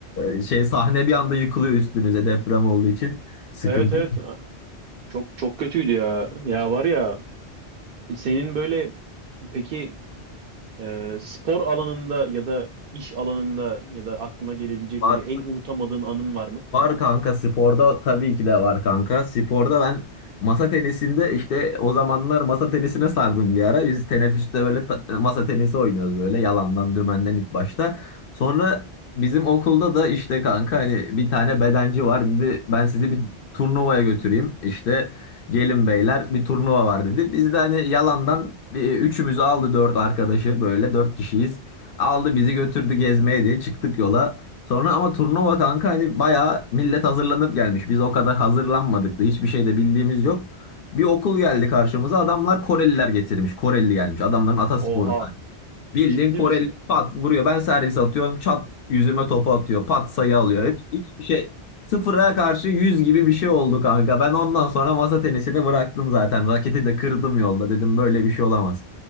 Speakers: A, on the left; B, on the right.
A: e, şey sahne bir anda yıkılıyor üstünüze deprem olduğu için. Sıkıntı
B: Evet evet. Çok çok kötüydü ya. Ya var ya senin böyle peki e, spor alanında ya da iş alanında ya da aklına gelebilecek
A: var.
B: böyle en unutamadığın anın var mı?
A: Var kanka sporda tabii ki de var kanka. Sporda ben masa tenisinde işte o zamanlar masa tenisine sardım bir ara. Biz teneffüste böyle ta- masa tenisi oynuyoruz böyle yalandan dümenden ilk başta. Sonra bizim okulda da işte kanka hani bir tane bedenci var dedi ben sizi bir turnuvaya götüreyim. İşte gelin beyler bir turnuva var dedi. Biz de hani yalandan bir, üçümüzü aldı dört arkadaşı böyle dört kişiyiz. Aldı bizi götürdü gezmeye diye çıktık yola. Sonra ama turnuva kanka hani bayağı millet hazırlanıp gelmiş. Biz o kadar hazırlanmadık da hiçbir şey de bildiğimiz yok. Bir okul geldi karşımıza adamlar Koreliler getirmiş. Koreli gelmiş adamların atasporu.
B: Oha,
A: Bildiğin
B: ciddi
A: Koreli
B: misin?
A: pat vuruyor ben servis atıyorum çat yüzüme topu atıyor pat sayı alıyor. Hep, hiçbir şey sıfıra karşı yüz gibi bir şey oldu kanka. Ben ondan sonra masa tenisini bıraktım zaten. Raketi de kırdım yolda dedim böyle bir şey olamaz.